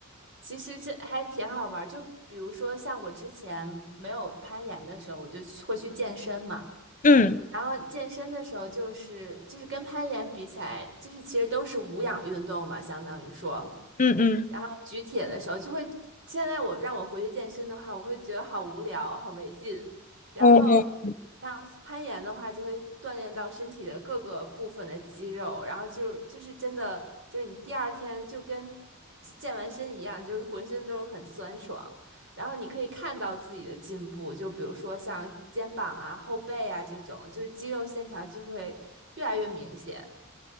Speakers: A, on the right; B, on the left.
A: 其实这还挺好玩儿就比如说像我之前没有攀岩的时候，我就去会去健身嘛。
B: 嗯
A: 然后健身的时候，就是就是跟攀岩比起来，就是其实都是无氧运动嘛，相当于说。
B: 嗯嗯，
A: 然后举铁的时候就会，现在我让我回去健身的话，我会觉得好无聊，好没劲。然后
B: 我
A: 像攀岩的话，就会锻炼到身体的各个部分的肌肉，然后就就是真的就是你第二天就跟健完身一样，就是浑身都是很酸爽。然后你可以看到自己的进步，就比如说像肩膀啊、后背啊这种，就是肌肉线条就会越来越明显。